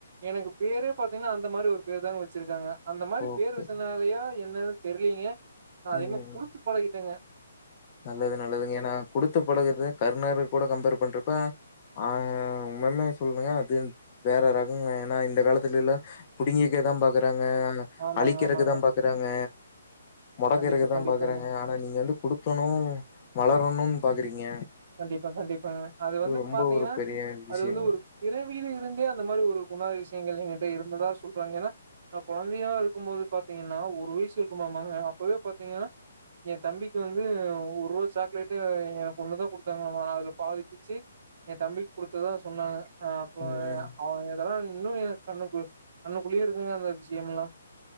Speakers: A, on the right (about 45°); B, on the left (about 35°).
A: எனக்கு பேரே பாத்தீங்கன்னா அந்த மாரி ஒரு பேரு தாங்க வச்சிருக்காங்க அந்த மாரி
B: ஓகே.
A: பேர் வச்சனாலையா என் என்னது தெரியலீங்க நா
B: ம்,
A: அதிகமா
B: ம்,
A: குடுத்து
B: ம்.
A: தங்கே
B: நல்லது நல்லதுங்க ஏன்னா குடுத்து பழகறது கருணருக்கூட கம்பேர் பண்றப்ப ஆ உண்மனே சொல்றங்க அது வேற ரகங்க ஏன்னா இந்த காலத்து த்துல புடுங்கிக்க தா பாக் ஆ
A: ஆமாங்க
B: அழிக்கிறதுக்கு
A: ஆமாங்க
B: தா பாக்குறாங்க மொடக்குறதுக்கு
A: கண்டிப்பா
B: தா
A: கண்டிப்பாங்க
B: பாக்குறாங்க ஆனா நீங்க வந்து குடு க்கனு வளரணுனு பாக்குறீங்க
A: கண்டிப்பா கண்டிப் பாங்க அது வந்து
B: ரொம்ப
A: பாத்தீங்கன்னா,
B: ஒரு பெரிய விஷயங்க
A: அதுவந்து ஒரு பிறவில இருந்தே அந்த மாரி ஒரு குணா திஷயங்கள் எங்கிட்ட இருக் என்னடா சொல்றாங்க ஏன்னா நா கொழந்தையா இருக்கும்போது பாதிங்கன்னா ஒரு வயசு இருக்கு மாமாங்கா அப்போவே பாதிங்கன்னா என் தம்பிக்கு வந்து ஒரு ருவா சாக்லேட்டு எனக்கு ஒண்ணு தான் குடு தாங்களாமா அதுல பாதிப்பிச்சு என் தம்பிக்கு குடுத்ததா சொன்னாங்க ஆஹ் அப்போ
B: ம்
A: எ அவன் எதெல்லாம் இன்னும் எனக்கு கண்ணுக்குள்ள கண்ணுக்குள்ளயே இருக்குங்க அந்த விஷயம் எல்லாம்